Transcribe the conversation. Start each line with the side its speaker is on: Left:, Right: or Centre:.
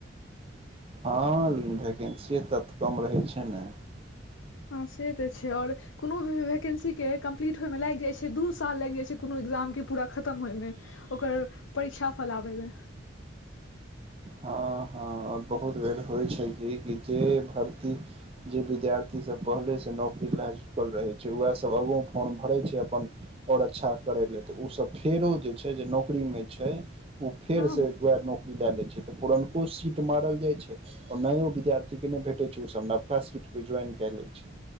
Right: हँ लेकिन वैकेन्सिये तत कम रहै छै ने
Left: हँ से तऽ छै आओर कोनो भऽ वैकेन्सीके कम्प्लीट होयमे लागि जाइत छै दू साल लागि जाइत छै कोनो एकक्जामके पूरा खतम होयमे ओकर परीक्षा फैलाबे मे
Right: ह, ह बहुत बेर होइ छै कि जे भर्त जे विद्यार्थीसभ पहिलेसँ नौकरी लए चुकल रहै छैय उएहसभ आगो फॉर्म भरै छैय अपन। आओर अच्छा करय लेल तऽ ओ सभ फेरो जे छै, जे नौकरीमे छै। फेर
Left: हँ
Right: से वएह नौकरी लऽ लै छै तऽ पुरनको सी मारल जाइ छै, आ नयो विद्यार्थी के नहि भेटै छै, ओ सभ नबका सीट पे ज्वाइन कऽ लै छै।